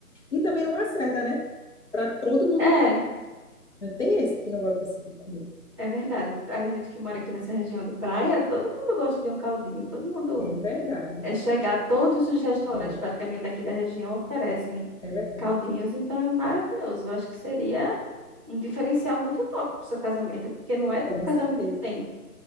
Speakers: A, on the left; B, on the right.
A: E também é uma certa, né? Para todo mundo
B: É.
A: comer. Não tem esse que não vai conseguir comer.
B: É verdade. A gente que mora aqui nessa região de praia, todo mundo gosta de um caldinho, todo mundo
A: É verdade.
B: é chegado, todos os restaurantes
A: É,
B: praticamente aqui da região oferecem
A: é verdade.
B: caldinhos, então é maravilhoso. Eu acho que seria um diferencial muito top para o seu casamento, porque não é todo
A: Com
B: casamento
A: certeza.
B: que tem.